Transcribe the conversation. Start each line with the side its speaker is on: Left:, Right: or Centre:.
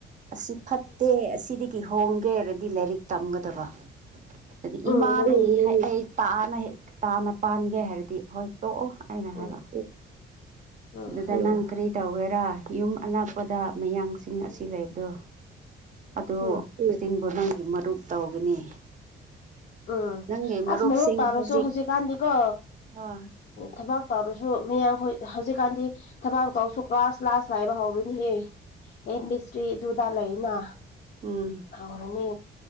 Right: ꯑꯁꯤ ꯐꯠꯇꯦ ꯑꯁꯤꯗꯒꯤ ꯍꯣꯡꯒꯦꯔꯗꯤ ꯂꯥꯏꯔꯤꯛ ꯇꯝꯒꯗꯕ ꯑꯗꯨꯗꯤ
Left: ꯎꯝ
Right: ꯏꯃꯥ
Left: ꯑꯗꯨꯅꯤ
Right: ꯂꯩ ꯍꯥꯏ ꯇꯥꯅ ꯇꯥꯅ ꯄꯥꯟꯒꯦ ꯍꯥꯏꯔꯗꯤ ꯍꯣꯏ ꯇꯣꯛꯑꯣ ꯑꯩꯅ
Left: ꯎꯝ
Right: ꯍꯥꯏꯕ ꯑꯗꯨꯗ
Left: ꯎꯝ
Right: ꯅꯪ ꯀꯔꯤ ꯇꯧꯒꯦꯔꯥ ꯌꯨꯝ ꯑꯅꯥꯛꯄꯗ ꯃꯌꯥꯡꯁꯤꯡ ꯑꯁꯤ ꯂꯩꯕꯗꯣ ꯑꯣ
Left: ꯎꯝ
Right: ꯏꯁꯤꯡꯕꯨ ꯅꯪꯒꯤ ꯃꯔꯨꯞ ꯇꯧꯒꯅꯤ
Left: ꯎꯝ
Right: ꯅꯪꯒꯤ ꯃꯔꯨꯞꯁꯤꯡ
Left: ꯑꯁ ꯃꯔꯨꯞ ꯇꯥꯔꯁꯨ
Right: ꯍꯧꯖꯤꯛ
Left: ꯍꯧꯖꯤꯛꯀꯥꯟꯗꯤꯀꯣ
Right: ꯑ ꯑꯣ
Left: ꯊꯕꯥꯛ ꯇꯧꯔꯁꯨ ꯃꯌꯥꯝꯈꯣꯏ ꯍꯧꯖꯤꯛꯀꯥꯟꯗꯤ ꯊꯕꯛ ꯇꯧꯁꯨ ꯀ꯭ꯂꯥꯁ ꯂꯥꯁ ꯂꯥꯏꯕ ꯍꯧꯔꯨꯅꯤꯍꯦ ꯍꯟ ꯃꯤꯁ꯭ꯔꯤ ꯑꯗꯨꯗꯨꯗ ꯂꯩꯅ
Right: ꯎꯝ
Left: ꯍꯥꯎꯔꯅꯤ